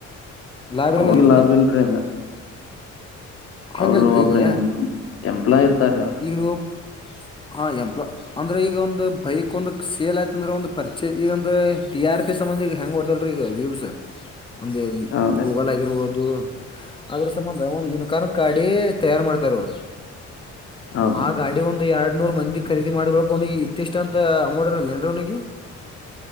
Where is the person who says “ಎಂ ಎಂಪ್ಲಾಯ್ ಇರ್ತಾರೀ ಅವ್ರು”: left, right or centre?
Left